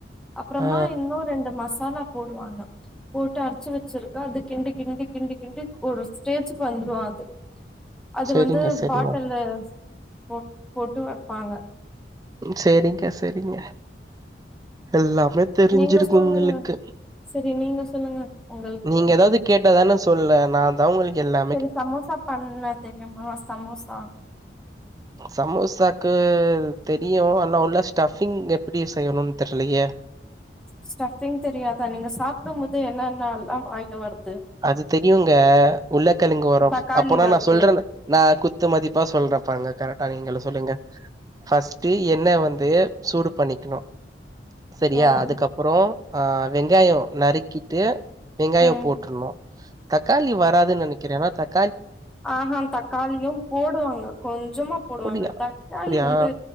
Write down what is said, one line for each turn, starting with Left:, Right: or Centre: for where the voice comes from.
Centre: அப்புறமா
Right: ஆ
Centre: இன்னொ ரெண்டு மசாலா போடுவாங்க போட்டு அரச்சு வச் சிருக்கா அது கிண்டு கிண்டு கிண்டு கிண்டி ஒரு ஸ்டேஜுக்கு வந்துரு அது அது
Right: செரிங்க
Centre: வந்து
Right: செரிங்க
Centre: பாட்டல்ல போ போட்டு வப்பாங்க
Right: சேரிங்க்க செரிங்க எல்லாமே தெரிஞ்சிருக்கு
Centre: நீங்க சொல்லுங்க
Right: உங்களுக்கு
Centre: செரி நீங்க சொல்லுங்க உங்களுக்கு
Right: நீங்க ஏதாவ்து கேட்டாதான சொல்ல நா தா உங்களுக்கு எல்லா
Centre: சேரி சமோசா பண்ண தெரியுமா சமோசா
Right: சமோசாக்கு தெரியு ஆனா உள்ள ஸ்டஃபிங் எப்டி செய்யணுனு தெர்லியே
Centre: ஸ்டஃபிங் தெரியாதா நீங்க சாப்டும் போது என்னன்ன எல்லா வாயில வர்து
Right: அது தெரியுங்க உள்ளக்கலுங்கு வரு
Centre: தக்காளி
Right: அப்போனா
Centre: வருது
Right: நா சொல்றன நா குத்து மதிப்பா சொல்றப்பாங்க கரெக்டா நீங்களு சொல்லுங்க பஃஸ்ட்டு எண்ணெ வந்து சூடு பண்ணிக்கணு செரியா
Centre: ம்
Right: அதுக்கு அப்புறோ ஆ வெங்காயோ நறுக்கிட்டு வெங்காயோ
Centre: ம்
Right: போட்ருணு தக்காளி வராதுன் நெனைக்கிறே ஏன்னா தக்
Centre: ஆஹாம் தக்காளியும் போடுவாங்க கொஞ்சமா போடுவாங்க
Right: அப்படியா
Centre: தக்காளி
Right: அப்படியா
Centre: வந்து